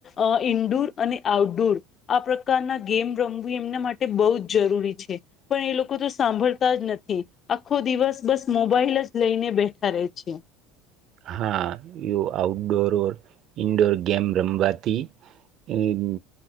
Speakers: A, on the left (about 40°); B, on the right (about 50°).
A: અહ ઈન્ડુર અને આઉટડુર આ પ્રકારના ગેમ રમવી એમના માટે બહુ જ જરૂરી છે, પણ એ લોકો તો સાંભળતા જ નથી. આખો દિવસ બસ મોબાઈલ જ લઈને બેઠા રહે છે.
B: હા યો આઉટડોર ઓર ઇનડોર ગેમ રમવાથી ઉમ્મ